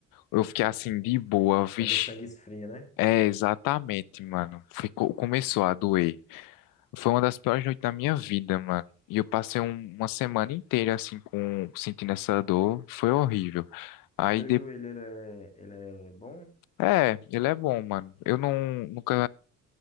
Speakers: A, on the left (about 80°); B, on the left (about 20°).
A: eu fiquei assim de boa, vixe.
B: Quando o sangue esfria, né?
A: É, exatamente, mano. Ficou, começou a doer. Foi uma das piores noites da minha vida, mano. E eu passei um- uma semana inteira assim com sentindo essa dor. Foi horrível. Aí
B: O teu
A: de...
B: joelho, ele é, ele é bom?
A: É, ele é bom, mano. Eu não nunca